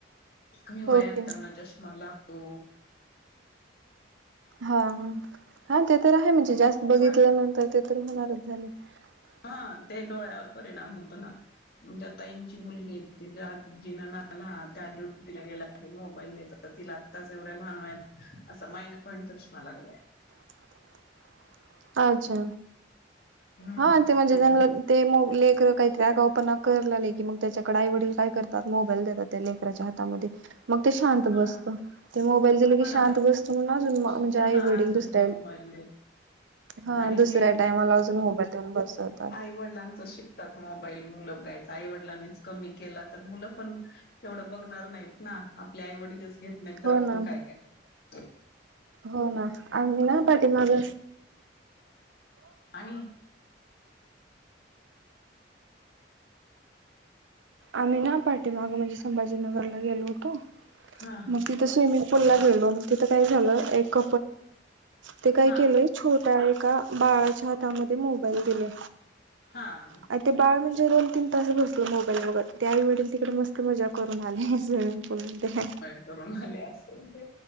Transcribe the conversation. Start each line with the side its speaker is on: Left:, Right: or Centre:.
Left: कमी वयात
Right: ओके
Left: त्यांना चष्मा लागतो...
Right: हा हा ते तर आहे म्हणजे
Left: त्याचे
Right: जास्त
Left: खूप
Right: बघितल्या
Left: वाईट
Right: नंतर ते तर होणारच झाले. <unintelligible>
Left: हा ते डोळ्यावर परिणाम होतो ना. म्हणजे ताईंची मुलगीजीं ना त्या ड्युटीला गेला. अरे मोबाईल द्याय तिला आत्ताच एवढ्या लहान वत असं मायनस पॉईंट सचना लागलाय.
Right: <unintelligible> अच्छा
Left: हम्म
Right: हा ते म्हणजे
Left: त्याच्या
Right: त्यां ते मग लेकर काहीतरी आगा ना करले की मग त्याच्याकडे आई वडील काय करतात मोबाईल देतात त्या लेकराच्या हातामध्ये. मग ते शांत
Left: हा
Right: बसत ते मोबाईल दिल
Left: होणार
Right: की शांत
Left: आहे.
Right: बसतो म्हणून अजून म्हणजे
Left: म्हणून
Right: आई
Left: अजून
Right: वडील दुसऱ्या.
Left: मोबाईल
Right: हा
Left: आणि
Right: दुसऱ्या
Left: हे.
Right: टायमाला अजून मोबाईल देऊन बसवतात.
Left: आईवडिलांच शिकतात मोबाईल मुलं ब्राईट. आईवडिलांनीच कमी केला तर मुलं पण तेवढं बघणार नाहीत ना आपल्या आईवडीलच घेत. नायतर
Right: हो
Left: आपण
Right: ना
Left: काय का.
Right: हो ना आणिी ना पाठी माग.
Left: आणि.
Right: आम्ही ना पाटे मागं माझे संभाजीना. ग
Left: हा
Right: म तिथ स्मंग पूल ला गेलो मग तिथ का झालंएक ते काय
Left: हा
Right: केलं छोट्या एका बाळा. हातामध्ये मोबाईल दिले
Left: हा हा
Right: आणि ते बाळ म्हणजे दोन तीन तास बसलं बगत ते आईवडील लतिकडे मस्त मजा करून आले. पूल मध्ये
Left: काय करून आले असेल ते